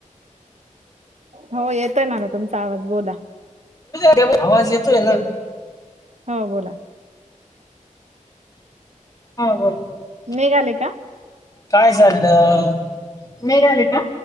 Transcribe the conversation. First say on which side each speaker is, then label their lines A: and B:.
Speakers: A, on the right; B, on the left.
A: हो येतय ना ना तुमचा आवाज बोला.
B: केव आवाज येतोय ना.
A: हो बोला.
B: हा बोला
A: निघाले का?
B: काय झालं मीघले का?